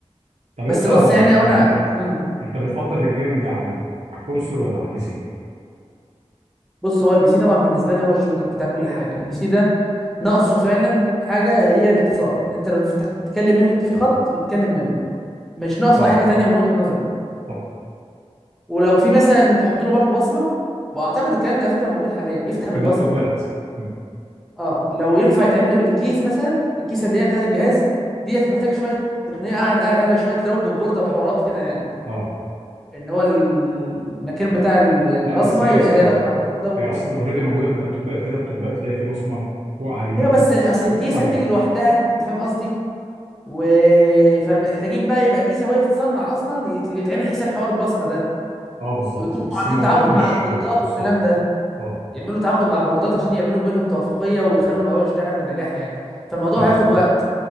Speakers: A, on the right; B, in the centre.
A: طب انت
B: بس بص يعني
A: من
B: هو انا
A: ناحيتك
B: امم
A: انت بتفضل الجيمنج على ال- على الكونسول ولا على البي سي
B: بص هو البي سي طبعا بالنسبه لي هو الجوكر بتاع كل حاجه البي سي ده ناقصه فعلا حاجه هي الاتصال انت لما تتكلم منه حط فيه خط وتتكلم منه مش ناقصه
A: اه
B: اي حاجه تانية من وجهه نظري
A: صح
B: ولو في مثلا تحط له برضو بصمه واعتقد الكلام ده على فكره موجود حاليا يفتح بالبصمه
A: في اللابتوبات م.
B: اه لو ينفع يتعمل الكيس مثلا الكيسه اللي هي بتاعه الجهاز ديت محتاجه شويه تقنيه قاعد اعلى شويه تربط بالبورده وحوارات كده يعني
A: اه
B: ان هو ال- المكان بتاع ال- البصمه
A: لا بس هي
B: يبقى
A: سهلة
B: ليه علاقه مع البورده و...
A: هي اصلا اوريدي موجودة في اللابتوبات في لابتوبات تلاقي في بصمة فوق على اليمين
B: ايوه بس اصل الكيسه
A: وتفتح بيها
B: بتيجي لوحدها انت فاهم قصدي و فمحتاجين بقى يبقى الكيسه وهي بتتصنع اصلا يت- يتعمل حساب حوار البصمه ده
A: اه بالظبط
B: ويكونوا
A: بس
B: عاملين
A: الموضوع
B: تعاقد
A: مش
B: مع البوردات
A: آه، مش
B: والكلام
A: صعب
B: ده
A: اه
B: يعملوا تعاقد مع البوردات عشان يعملوا بينهم توافقيه ويخلوا الموضوع يشتغل بنجاح يعني فالموضوع
A: فاهم
B: هياخد وقت